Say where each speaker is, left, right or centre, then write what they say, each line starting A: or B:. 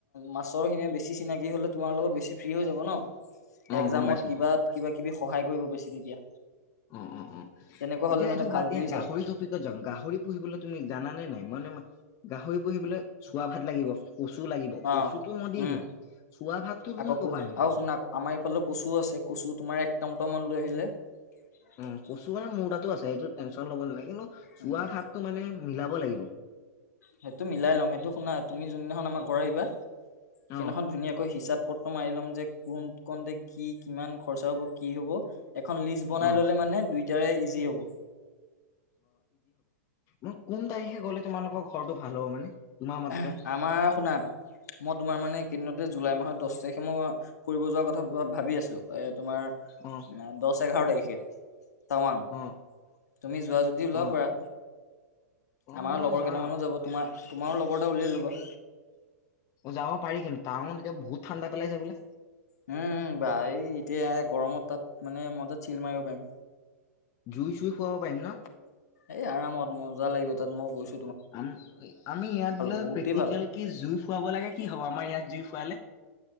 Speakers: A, on the left; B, on the left.
A: মাষ্টৰখিনিয়ে বেছি চিনাকি হ'লে তোমাৰলগত বেছি ফ্ৰী হৈ যাব ন'
B: অ',
A: একজামত
B: গম পাইছো।
A: কিবাত কিবা কিবি সহায় কৰিব বেছি তেতিয়া।
B: অ', - অ', -অ ',
A: তেনেকুৱা
B: এতিয়া
A: হলে মানে
B: এইটো
A: ভাল
B: বাদ
A: বুজিছা
B: দিয়া গাহৰি টপিকত যাও গাহৰি পুহিবলৈ তুমি জানা নে নাই? মানে গাহৰি পুহিবলে চুৱা ভাত লাগিব কচু লাগিব
A: অ
B: কচুটো মই দি
A: উম
B: দিম চুৱা ভাতটো
A: আকৌ
B: তুমি
A: ক
B: কপা আনিবা?
A: আৰু শুনা আমাৰ এইফালে কচু আছে কচু তোমাৰ একতমতমট লৈ আহিলে <inaudible>
B: অ', কচু বাৰু মোৰতাতো আছে সেইটো টেনচন ল'ব নালাগে কিন্তু
A: উম
B: চুৱা ভাতটো মানে মিলাব লাগিব।
A: সেইটো মিলাই ল'ম সেইটো শুনা তুমি যোনদিনাখন আমাৰ ঘৰ আহিবা সেইদিনাখন
B: অ',
A: ধুনীয়াকৈ হিচাপ পট মাৰি ল'ম যে কোন কণ্টে কি কিমান খৰচা হ'ব কি হ'ব। এখন লিষ্ট বনাই
B: অ'।
A: ললে মানে দুইটাৰে ইজি হ'ব।
B: মোক কোন তাৰিখে গ'লে তোমালোকৰ ঘৰটো ভাল হ'ব মানে? তোমাৰ মতে
A: <unintelligible> আমাৰ শুনা মই তোমাৰ মানে এইকেইদিনতে জুলাই মাহত দছ তাৰিখে মই ফুৰিব যোৱাৰ কথা ভাবি আছো এ তোমাৰ
B: অ
A: দছ, এঘাৰ তাৰিখে টাৱাং
B: অ
A: তুমি যোৱা যদি ওলাব
B: অ
A: পাৰা?
B: অ
A: আমাৰ
B: মই
A: লগৰ
B: যা
A: কেইটামানো যাব তোমাৰ তোমাৰো লগৰ এটা উলিয়াই লবা
B: যাব পাৰি কিন্তু টাৱাং ত এতিয়া বহুত ঠাণ্ডা পেলাইছে বোলে?
A: উম -উম বা এই এতিয়া গৰমত তাত মানে মজাত চিল মাৰিব পাৰিম।
B: জুই চুই ফুৱাব পাৰিম ন'?
A: এই আৰামত মজা লাগিব তাত মই গৈছো।
B: আম -আমি ইয়াত বোলে
A: বহুতেই
B: প্ৰেক্টিকেল
A: ভাল।
B: কি জুই ফুৱাব লাগে কি হ'ব আমাৰ ইয়াত জুই ফোৱালে?